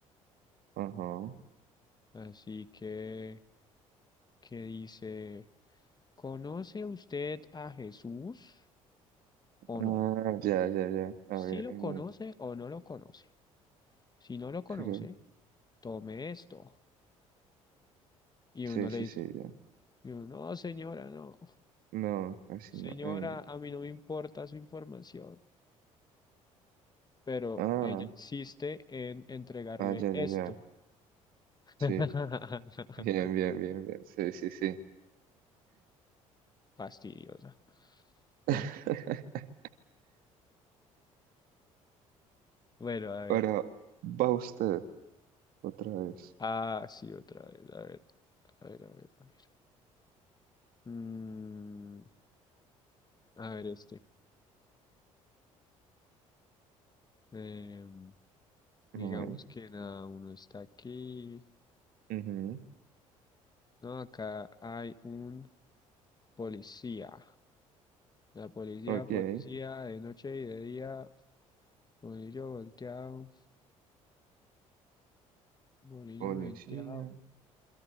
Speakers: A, on the right; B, on the left.
A: Ajá.
B: así que que dice, ¿conoce usted a Jesús o
A: Ah,
B: no?
A: ya, ya, ya. A
B: Si
A: ver,
B: lo
A: eh,
B: conoce o no lo conoce. Si no lo conoce,
A: creo.
B: tome esto. Y
A: Sí,
B: uno le
A: sí,
B: dice,
A: sí, ya.
B: y uno, no, señora, no.
A: No, así no.
B: Señora,
A: eh.
B: a mí no me importa su información, pero
A: Ah,
B: ella insiste en entregarle
A: ah, ya,
B: esto.
A: ya, ya. Sí.
B: <laughs>
A: <laughs> Bien, bien, bien, bien. Sí, sí, sí.
B: Fastidiosa. Bueno,
A: <laughs>
B: bueno, a ver.
A: Ahora va usted otra vez.
B: Ah, sí, otra vez. A ver, a ver, a ver, a ver. Mm, a ver este. Em, digamos
A: No, eh.
B: que nada, uno está aquí.
A: Ujú,
B: No, acá hay un policía. La policía,
A: Ok.
B: policía, de noche y de día, bolillo volteado. Bolillo
A: Policía.
B: venteado,